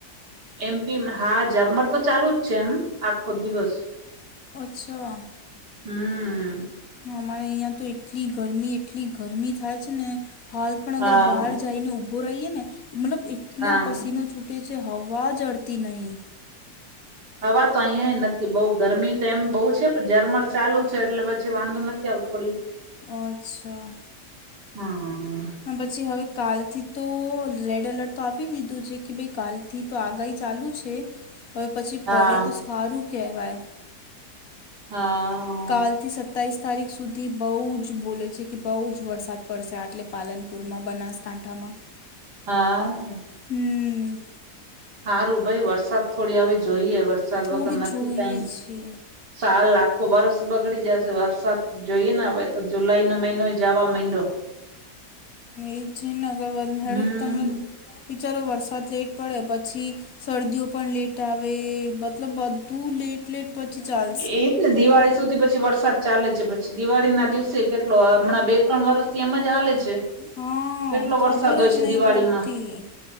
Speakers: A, on the right; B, on the left.
A: એમપી હા જર્મન તો ચાલુ જ છે, એમ આખો દિવસ
B: ઓછા
A: હમ્મ
B: અમારે અહિયાં તો એટલી ગરમી એટલી ગરમી થાય છેને. હાલ પણ અગર
A: હા
B: બહાર જઈને ઉઊભો રહીએ ને મતલબ એટલો
A: હા
B: પસીનો છૂટ. જે હવા જડતી નહી
A: હવા તો અહિયાં નથી બઉુ ગરમી તો એમ બહુ છે પણ ઝરમર ચાલુ છે, એટલે પછી વાંધો નથી આવતો પ
B: અચ્છા
A: હા
B: પછી હવે કાલથી તો રેડ એલર્ટ તો આપી દીધું છે કે ભાઈ કાલથી. તો આગાહી ચાલુ છે, હવે પછી
A: હા
B: પડે તો સારું કહેવાય
A: હા
B: કાલ થી સતાવીસ તારીખ સુધી બહુ જ બોલે છે કે બહુ જ વરસાદ પડશે આટલે પાલનપુરમાં બનાસકાંઠામા
A: હા
B: હમ્મ
A: સારું ભાઈ વરસાદ થોડી હવે જોઈએ વરસાદ
B: થોડું
A: વગર નથી
B: જોઈએ
A: કઈ
B: છે
A: સાાલ લાખો બારસ બગડી જ વરસાદ જોઈએ ને હવે તો જુલાઈ નો મહિનો જવા મહિડો
B: એ છેને અગરવાલ હેડુ
A: હમ
B: તમે વિચારો વરસાદ લેટ પડે પછી શરદીઓ પણ લેટ આવે મતલબ બધું લેટ લેટ પછી ચાર
A: એ જ ને દિવાળી સુધી પછી વરસાદ ચાલે છે પછી દિવાળી ના દિવસે કેટલો હમણાં બે ત્રણ વર્ષથી એમ જ હાલે છે.
B: હા
A: કેટલો વરસાદ
B: ખબર
A: હોય
B: જ
A: છે
B: નહીં
A: દિવાળીમાં.
B: પડતી